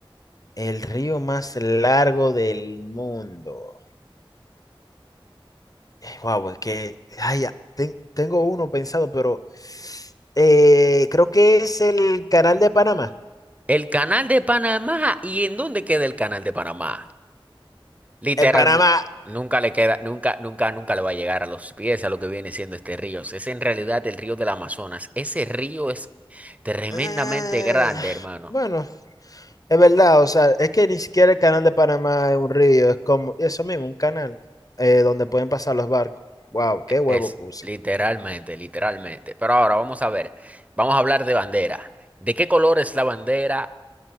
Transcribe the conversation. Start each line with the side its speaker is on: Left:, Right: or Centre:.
Left: El río más largo del mundo. Wow, es que ay, ya, ten- tengo uno pensado, pero eh, creo que es el canal de Panamá.
Right: El canal de Panamá, ¿y en dónde queda el canal de Panamá? Literalmente,
Left: En Panamá,
Right: nunca le queda, nunca, nunca, nunca le va a llegar a los pies a lo que viene siendo este río. Es en realidad el río del Amazonas. Ese río es tremendamente
Left: ah,
Right: grande, hermano.
Left: bueno, es verdad, o sea, es que ni siquiera el canal de Panamá es un río, es como eso mismo, un canal eh, donde pueden pasar los barcos. Wow, qué
Right: E-
Left: huevo
Right: Es
Left: puse.
Right: literalmente, literalmente. Pero ahora vamos a ver, vamos a hablar de bandera. ¿De qué color es la bandera